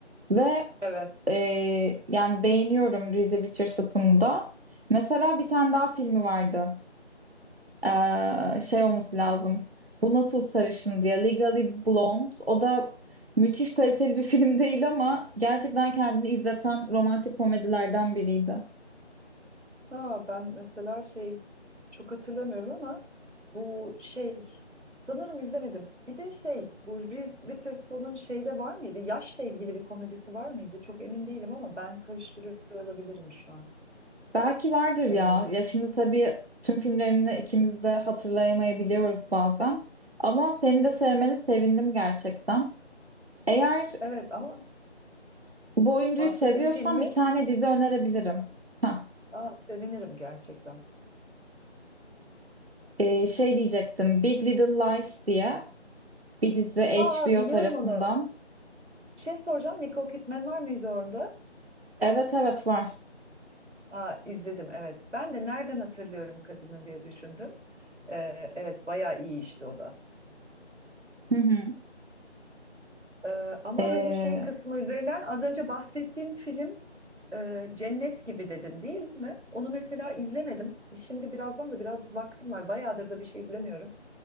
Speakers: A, on the right; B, on the right.
A: Ve
B: Evet.
A: ee, yani beğeniyorum Reese Witherspoon'u da. Mesela bir tane daha filmi vardı. Ee, şey olması lazım. Bu nasıl sarışın diye. Legally Blonde. O da müthiş kaliteli bir <laughs> film değil ama gerçekten kendini izleten romantik komedilerden biriydi.
B: Ha, ben mesela şey çok hatırlamıyorum ama bu şey sanırım izlemedim. Bir de şey bu Reese Witherspoon'un şeyde var mıydı? Yaşla ilgili bir komedisi var mıydı? Çok emin değilim ama ben karıştırıyor olabilirim şu an.
A: Belki vardır ya.
B: Ee,
A: Ya şimdi tabii tüm filmlerini ikimiz de hatırlayamayabiliyoruz bazen. Ama seni de sevmeni sevindim gerçekten. Eğer
B: evet ama
A: Bu oyuncuyu
B: bahsettiğim
A: seviyorsan
B: filmi
A: bir tane dizi önerebilirim. Hah,
B: aa, sevinirim gerçekten.
A: ee, şey diyecektim. Big Little Lies diye bir dizi HBO
B: Ha biliyorum
A: tarafından.
B: onu. Bir şey soracağım. Nicole Kidman var mıydı orada?
A: Evet evet var.
B: Aa, izledim evet. Ben de nereden hatırlıyorum kadını diye düşündüm. Ee, evet bayağı iyi işte o da.
A: Hı hı.
B: Ee, ama
A: Ee,
B: hani şey kısmı üzerinden az önce bahsettiğin film e, Cennet gibi dedin değil mi? Onu mesela izlemedim. Şimdi birazdan da biraz vaktim var. Bayağıdır da bir şey izlemiyorum.